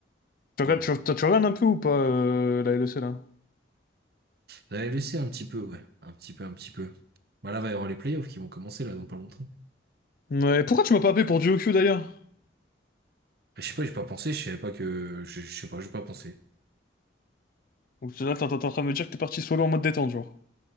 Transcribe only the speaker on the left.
Tu regardes,
tu, toi, tu regardes un peu ou pas euh, la LEC là?
Ouais, pourquoi tu m'as pas appelé pour du OQ d'ailleurs?
Donc là, t'es t'es en train de me dire que t'es parti solo en mode détente, genre.